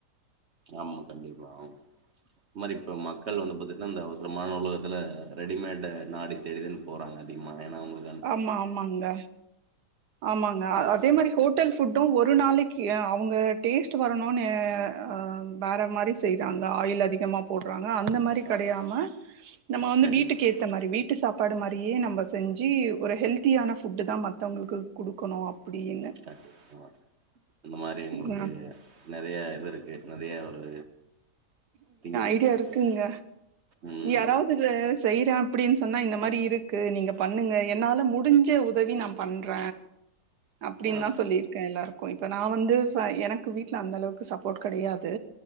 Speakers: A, on the right (about 45°); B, on the right (about 75°).
A: ஆமா கண்டிப்பா ஆமா இந் மாரி இப்ப மக்கள் வந்து பாத்தீட்ன்னா இந்த அவுசரமான உலகத்துல ரெடிமேடு நாடி தேடிதன் போறாங்க அதிகமா ஏனா அவுங்ளுக்
B: ஆமா ஆமாங்க ஆமாங்க
A: அது
B: அ அதே மாரி ஹோட்டல் ஃபுட்டு ஒரு நாளிக்கி அவுங்க டேஸ்ட் வரணுனு அ வேற மாரி செய்றாங்க ஆயில் அதிகமா போடுறாங்க அந்த மாரி கிடையாம
A: ஆமா.
B: நம்ம வந்து
A: கண்டிப்பா,
B: வீட்டுக்கு ஏத் இந்த மாரி வீட்டு சாப்பாடு மாரியே நம்ப செஞ்சி ஒரு ஹெல்த்தியான ஃபுட்டு தா மத்தவுங்ளுக்கு குடுக்கணு அப்டின்னு
A: கண்டிப்பாங்க அந்த மாரி உங்ளுக்கு
B: ம்
A: நெறய இது இருக்கு நெறய ஒரு திங்கிங்
B: ஐடியா
A: இருக்கு.
B: இருக்குங்க
A: ம்.
B: யாராவ்து இல்ல செய்ற அப்டின் சொன்னா இந்த மாரி இருக்கு நீங்க பண்ணுங்க என்னால முடிஞ்ச உதவி நம் பண்ற அப்டின்தா
A: ஆ
B: சொல்லிருக்க எல்லாருக்கு இப்ப நா வந்து வ எனக்கு வீட்ல அந்த அளவுக்கு சப்போர்ட் கடையாது